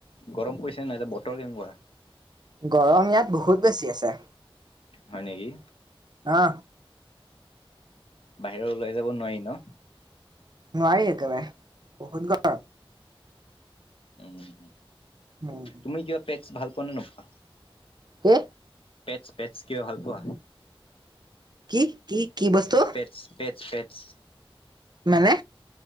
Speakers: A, on the left; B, on the right.
A: গৰম পৰিছে নাই এতিয়া বতৰ কেনেকুৱা।
B: গৰম ইয়াত বহুত বেছি আছে
A: হয় নেকি
B: অ
A: বাহিৰত ওলাই যাব নোৱাৰি ন
B: নোৱাৰি একেবাৰে বহুত গৰম
A: উম হ
B: উম
A: তুমি কিবা পেটছ ভাল পোৱা নোপোৱা
B: কে
A: পেটছ পেটছ কিয় ভাল পোৱা
B: কি কি কি বস্তু
A: পেটচ পেটচ
B: মানে